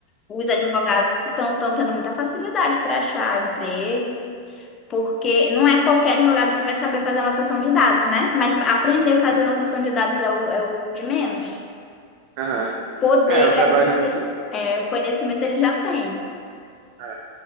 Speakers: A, on the left; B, on the right.
A: os
B: aham,
A: advogados que estão tendo muita facilidade para achar empregos, porque não é qualquer advogado que vai saber fazer anotação de dados, né? Mas aprender a fazer
B: é,
A: anotação de dados é o, é o de menos.
B: aham.
A: Poder
B: É, é um trabalho
A: ali,
B: muito.
A: é, o conhecimento ele já tem.
B: É.